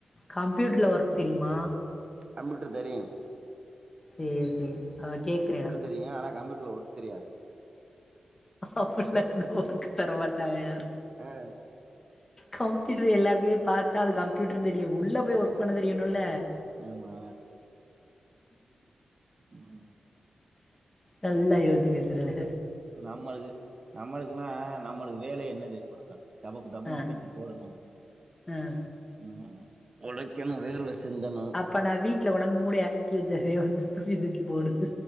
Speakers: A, on the left; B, on the right.
A: கம்பூயூட்டர்ல ஒர்க் தெரியுமா
B: கம்ப்யூட்ரு தெரியு
A: சேரி சேரி அதா கேக்குறே நா
B: தெரியுங்க ஆனா கம்ப்யூட்டர்ல ஒர்க் தெரியாதே
A: அப்டில்லா இருந்தா ஒர்க்கு தரமாட்டாங்க யாரு
B: அ
A: கம்ப்யூட்ரு எல்லாருக்குமே பாத்தா அது கம்ப்யூட்ருன் தெரியு உள்ள போய் ஒர்க் பண்ண தெரியணுல்ல
B: ஆமா ம்.
A: நல்லா யோச்சி வித்ருவ
B: நம்ம இது நம்மளுக்குனா நம்மளுக்கு வேலயே என்ன தெரியுமா டபக்கு டபக்குனு
A: ஆ
B: தூக்கி போடணு
A: ஆ
B: ம் ஒழைக்கணு வேர்வ சிந்தனு
A: இப்ப நா வீட்ல கொண்டாந்து மூடய எறக்கி வச்சர்ரே வந்து தூக்கி தூக்கி போடு